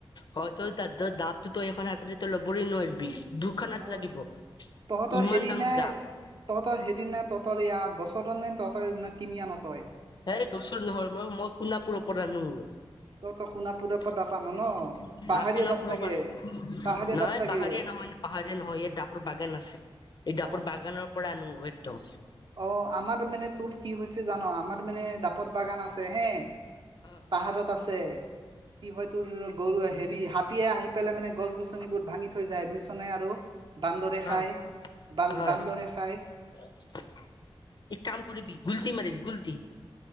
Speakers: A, on the left; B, on the right.
A: হয় তই তাত তই জাপটোতো তই এখন হাতেদি তই লবৰে নোৱাৰবি দুখন হাত
B: অ
A: লাগিব
B: তহঁতৰ
A: ইমান
B: হেৰি
A: ডাঙৰ
B: নে
A: জাপ
B: তহঁতৰ হেৰি না তহঁতৰ ইয়াৰ <unintelligible> নে তহঁতৰ <unintelligible> কিনি আন তই
A: এ গোচুৰ নহৰ মই মই সোণাপুৰৰ পৰা আনো।
B: তই তই সোণাপুৰৰ
A: আহ
B: পৰা দাব আন ন পাহাৰীয়া
A: সোনাপুৰ
B: দাব চাগে
A: পৰা আনো নহয়
B: পাহাৰীয়া দাব চাগে
A: পাহাৰীয়া নহয় ন পাহাৰীয়া নহয় ইয়াত ডাপৰ বাগান আছে এই ডাপৰ
B: অ
A: বাগানৰ পৰা আনো একদম
B: অ আমাৰ মানে তোৰ কি হৈছে জান আমাৰ মানে ডাপ- পত বাগান আছে হে
A: অ
B: পাহাৰত আছে। কি হয় তোৰ গৰুৱে হেৰি হাতীয়ে আহি পেলাই মানে গছ-গছনিবোৰ ভাঙি থৈ যায় বুইছ নে আৰু। বান্দৰে খাই
A: অ
B: বান্
A: হয়
B: বান্দৰে খাই।
A: এক কাম কৰিবি গোলটি মাৰিবি গোলটি